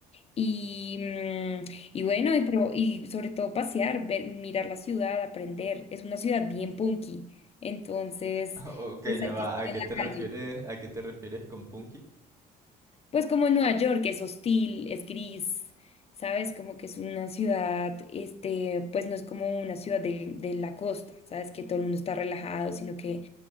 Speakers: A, on the left; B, on the right.
A: Y, mm, y bueno, y, pro- y sobre todo pasear, ver, mirar la ciudad, aprender. Es una ciudad bien punky, entonces
B: Ok,
A: pues
B: ya
A: hay
B: va.
A: que estar
B: ¿A
A: en
B: qué
A: la
B: te refieres,
A: calle.
B: a qué te refieres con Punky?
A: Pues como en Nueva York, es hostil, es gris, ¿sabes? Como que es una ciudad, este, pues no es como una ciudad de de, la costa, ¿sabes? Que todo el mundo está relajado, sino que